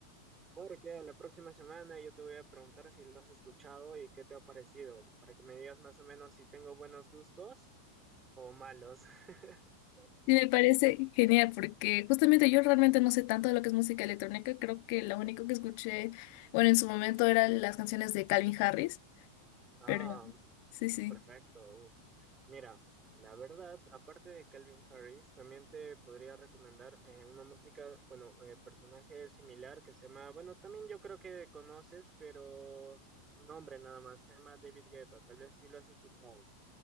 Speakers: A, on the right; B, on the left.
A: Porque a la próxima semana yo te voy a preguntar si lo has escuchado y qué te ha parecido, para que me digas más o menos si tengo buenos gustos o malos. <laughs>
B: Sí, me parece genial porque justamente yo realmente no sé tanto de lo que es música electrónica. Creo que lo único que escuché, bueno, en su momento eran las canciones de Calvin Harris,
A: Ah,
B: pero sí, sí.
A: Perfecto. uf. Mira, la verdad, aparte de Calvin Harris, también te podría recomendar eh, una música, bueno, eh, personaje similar que se llama, bueno, también yo creo que conoces, pero su nombre nada más, se llama David Guetta, tal vez sí lo has escuchado.